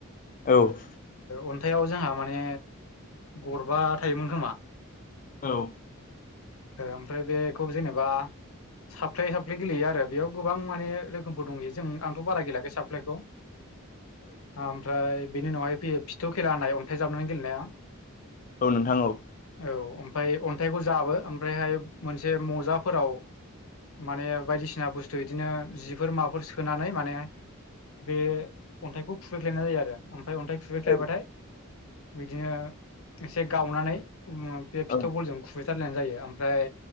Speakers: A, on the left; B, on the left.
A: औ औ
B: अन्थायाइाव जोंहा माने गरबा थायोमोन खोमा
A: औ
B: ओमफ्राय बेखौ जेनेबा साफ्लाय साफ्ले गेलेयो आरो बेयाव गोबां माने रोखोमफोर दं जों आंथ' बारा गेलेयाखै साफ्लायखौ ओमफ्राय बेनि उनावहाय फैयो फिथु खेला होनाय अन्थाइ जाबनानै गेलेनाया
A: औ नोंथां औ
B: औ ओमफ्राय अन्थाइखौ जाबो ओमफ्रायहाय मोनसे मजाफोराव माने बायदिसिना बुस्थु बिदिनो जिफोर माबाफोर सोनानै माने बे अन्थाइखौ खुबैग्लायनाय जायो आरो । फाय अन्थाइ खुबैख्लायबाथाय
A: औ
B: बिदिनो एसे गावनानै बे फिथोव
A: औ
B: बलजजों खुबैथारलायनाय जायो ओमफ्राय